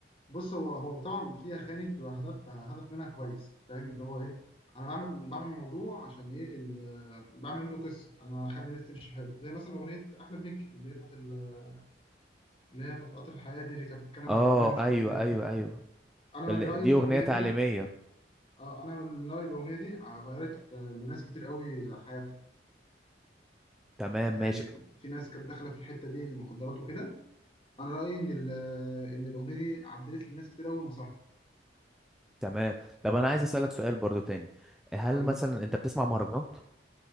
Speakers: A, on the left; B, in the centre.
A: بص هو هو طبعا في اغاني بتبقى هدف آه، هدف منها كويس أنت فاهم اللي هو ايه انا بعمل بعمل موضوع عشان ايه ال- آه، بعمل منه قصه انا اخلي الناس تمشي حلو زي مثلا اغنيه احمد مكي اللي هي بتاعت ال- اللي هي بتاعت قطر الحياه دي اللي كانت بتتكلم
B: اه
A: عن الادمان ومش
B: ايوه
A: الادمان
B: ايوه ايوه
A: انا من
B: ال-
A: رايي
B: دي
A: الاغنيه
B: اغنيه تعليميه
A: دي اه انا من رايي الاغنيه دي غيرت آه، لناس كتير قوي حياتها
B: تمام
A: يعني
B: ماشي
A: في ناس كانت داخله في الحته دي المخدرات وكده انا رايي ان ال- آه، ان الاغنيه دي عدلت لناس كتير قوي مسارها
B: تمام طب انا عايز اسالك سؤال برضو تاني هل
A: قول
B: مثلا
A: لي
B: انت بتسمع مهرجانات